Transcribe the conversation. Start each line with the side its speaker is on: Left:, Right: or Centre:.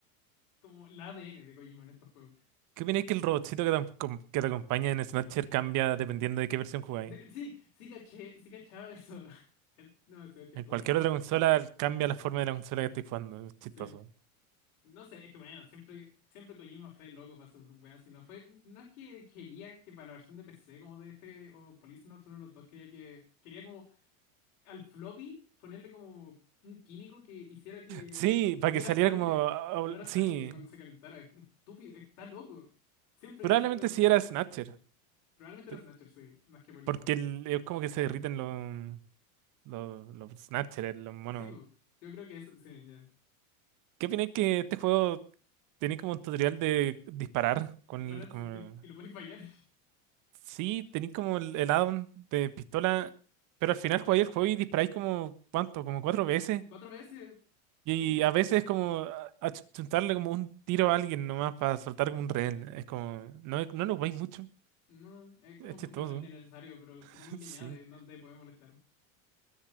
Left: como la ADN de Kojima en estos juegos.
Right: ¿qué opináis que el robotcito que te, acom- que te acompaña en Snatcher cambia dependiendo de qué versión jugáis?
Left: De- sí, sí caché, sí cachaba eso. <laughs> Es demasiado chistoso.
Right: En cualquier otra consola cambia la forma de la consola que estáis jugando, es chistoso.
Left: Sí. No sé, es que bueno, siempre, siempre Kojima fue loco para su weón, si no fue. No es que quería que para la versión de PC como de este o Police Notes, uno de los dos quería que. Quería como al floppy ponerle como un químico que hiciera que
Right: Sí, para
Left: oliera
Right: que saliera
Left: sangre.
Right: como, ah,
Left: Olor
Right: ah,
Left: a
Right: sí.
Left: sangre cuando se calentara. Es Estúpido, está loco. Siempre,
Right: Probablemente
Left: siempre.
Right: sí era Snatcher,
Left: Probablemente
Right: te-
Left: era Snatcher, sí, más que Police
Right: porque
Left: Notes.
Right: el- es como que se derriten los, los, los Snatchers, los monos.
Left: Sí, po. Yo creo que eso, sí, ya.
Right: ¿Qué opináis que este juego tenía como un tutorial de disparar con
Left: Dispararse
Right: el, como...
Left: y, y lo podéis fallar. <laughs>
Right: Sí, tenéis como el, el add-on de pistola, pero al final jugáis el juego y disparáis como, ¿cuánto? Como cuatro veces.
Left: Cuatro veces,
Right: Y
Left: sí.
Right: a veces es como a- achuntarle como un tiro a alguien nomás para soltar como un rehén. Es como, no, no lo jugáis mucho,
Left: No, es como
Right: es chistoso.
Left: completamente innecesario, pero
Right: <laughs>
Left: supongo que
Right: Sí.
Left: añade, no te puede molestar.